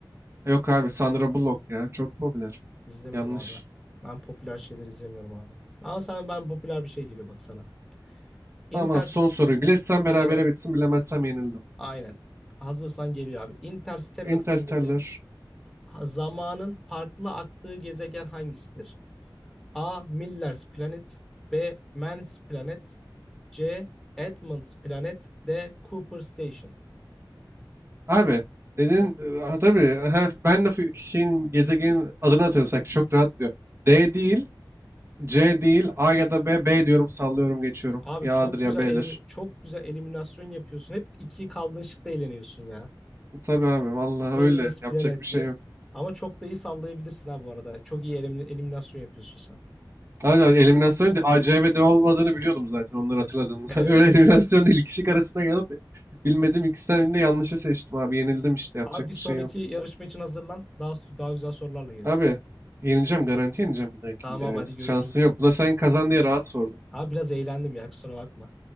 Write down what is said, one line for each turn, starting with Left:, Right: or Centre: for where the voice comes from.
Right: E, Yok abi Sandra Bullock ya. Çok popüler.
Centre: İzlemedim
Right: Yanlış.
Centre: abi. Ben popüler şeyleri izlemiyorum abi. Ama sen ben popüler bir şey geliyor bak sana. Inter
Right: Tamam abi son soruyu. Bilirsem
Centre: aynen.
Right: berabere bitsin. Bilemezsem yenildim.
Centre: Aynen. Hazırsan geliyor abi. Interstellar
Right: Interstellar.
Centre: filminde zamanın farklı aktığı gezegen hangisidir? A. Miller's Planet B. Mann's Planet C. Edmund's Planet D. Cooper Station.
Right: Abi dedin
Centre: Hı.
Right: e, ha, tabii ha, ben de fi- şeyin gezegenin adını hatırlasak çok rahat diyor. D değil. C değil A ya da B. B diyorum sallıyorum geçiyorum.
Centre: Abi
Right: Ya
Centre: çok
Right: A'dır ya
Centre: güzel
Right: B'dir.
Centre: elim çok güzel eliminasyon yapıyorsun. Hep iki kaldığın şıkta eğleniyorsun ya.
Right: Tabii abi vallahi
Centre: Miller's
Right: öyle.
Centre: Planet'ti.
Right: Yapacak bir şey yok.
Centre: Ama çok da iyi sallayabilirsin ha bu arada. Çok iyi elimin- eliminasyon yapıyorsun sen.
Right: Abi eliminasyonun A, C ve D olmadığını biliyordum zaten onları hatırladığımda. <laughs>
Centre: Evet.
Right: Öyle eliminasyon değil. İki şık arasında kalıp bilmedim ikisinden de yanlışı seçtim abi. Yenildim işte yapacak
Centre: Abi bir sonraki
Right: bir şey yok.
Centre: yarışma için hazırlan. Daha daha güzel sorularla gelelim.
Right: Abi yenileceğim garanti yenileceğim bir dahakinde
Centre: Tamam abi
Right: yani.
Centre: hadi görüşürüz
Right: Şansın
Centre: o
Right: yok.
Centre: zaman.
Right: Buna sen kazan diye rahat sordum.
Centre: Abi biraz eğlendim ya kusura bakma.